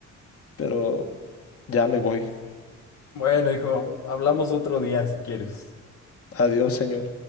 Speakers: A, on the left; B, on the left.
A: pero ya me voy.
B: Bueno, hijo, hablamos otro día si quieres.
A: Adiós, señor.